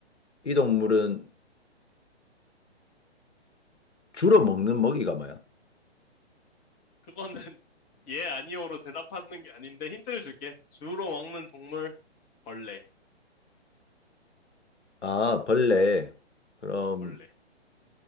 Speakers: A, on the left; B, on the left.
A: 이 동물은 주로 먹는 먹이가 뭐야?
B: 그거는 <laughs> 예, 아니오로 대답하는 게 아닌데 힌트를 줄게. 주로 먹는 동물, 벌레.
A: 아, 벌레. 그럼
B: 어, 벌레.